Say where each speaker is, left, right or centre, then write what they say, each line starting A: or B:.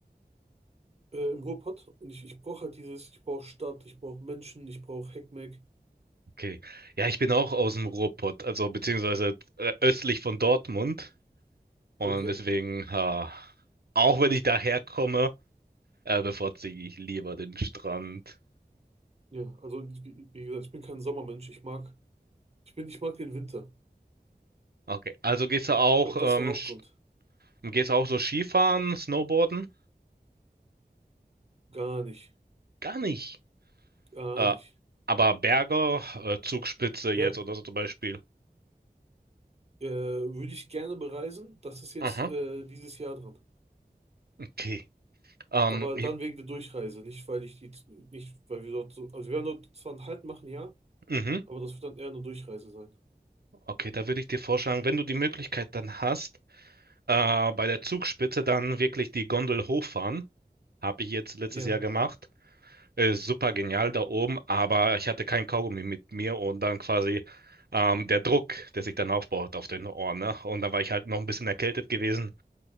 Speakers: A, on the right; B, on the right.
A: äh, im Ruhrpott und ich, ich brauche halt dieses, ich brauche Stadt, ich brauche Menschen, ich brauche Heckmeck.
B: Okay. Ja, ich bin auch aus dem Ruhrpott, also beziehungsweise äh, östlich von Dortmund. Und
A: Okay.
B: deswegen, ha, auch wenn ich daherkomme, äh, bevorzuge ich lieber den Strand.
A: Ja, also wie, wie gesagt, ich bin kein Sommermensch. Ich mag, ich bin, ich mag den Winter.
B: Okay, also gehst du auch,
A: Ich glaube,
B: ähm,
A: das ist der Hauptgrund.
B: sch- gehst du auch so Skifahren, Snowboarden?
A: Gar nicht,
B: Gar nicht.
A: gar
B: Äh,
A: nicht.
B: aber Berge, äh, Zugspitze
A: Der,
B: jetzt oder so zum Beispiel.
A: äh, würde ich gerne bereisen. Das ist jetzt
B: Aha,
A: äh, dieses Jahr dran.
B: okay. Ähm,
A: Aber
B: ich,
A: dann wegen der Durchreise, nicht weil ich die, nicht weil wir dort so, also wir werden dort zwar einen Halt machen, ja,
B: mhm,
A: aber das wird dann eher eine Durchreise sein.
B: okay, da würde ich dir vorschlagen, wenn du die Möglichkeit dann hast, äh, bei der Zugspitze dann wirklich die Gondel hochfahren. Habe ich jetzt letztes
A: Ja,
B: Jahr gemacht. Äh, super genial da oben, aber ich hatte kein Kaugummi mit mir und dann quasi ähm, der Druck, der sich dann aufbaut auf den Ohren, ne? Und dann war ich halt noch ein bisschen erkältet gewesen.